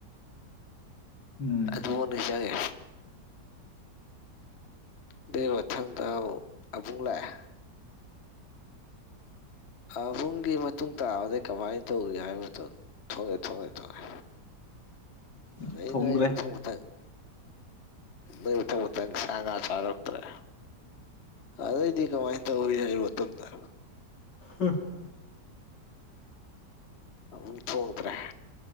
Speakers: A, on the left; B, on the left.
A: ꯎꯝ
B: ꯑꯗꯨꯐꯥꯎ ꯅꯤꯡꯖꯪꯉꯦ ꯑꯗꯨꯏ ꯃꯊꯪꯗ ꯑꯕꯨꯡ ꯂꯥꯛꯑꯦ ꯑꯕꯨꯡꯒꯤ ꯃꯇꯨꯡ ꯇꯥꯕꯗꯩ ꯀꯃꯥꯏꯅ ꯇꯧꯏ ꯍꯥꯏꯕ ꯃꯇꯝ ꯊꯣꯛꯂꯦ ꯊꯣꯛꯂꯦ ꯊꯣꯛꯂꯦ
A: <inaudible>
B: ꯑꯗꯩ
A: ꯊꯣꯡꯗ꯭ꯔꯦ
B: ꯅꯣꯏ ꯃꯊꯪ ꯃꯊꯪ ꯅꯣꯏ ꯃꯊꯪ ꯃꯊꯪ ꯁꯥ ꯉꯥ ꯆꯥꯔꯛꯗ꯭ꯔꯦ ꯑꯗꯩꯗꯤ ꯀꯃꯥꯏꯅ ꯇꯧꯋꯤ ꯍꯥꯏꯕ ꯃꯇꯝꯗ
A: ꯍ <inaudible>
B: ꯑꯕꯨꯡ ꯊꯣꯡꯗ꯭ꯔꯦ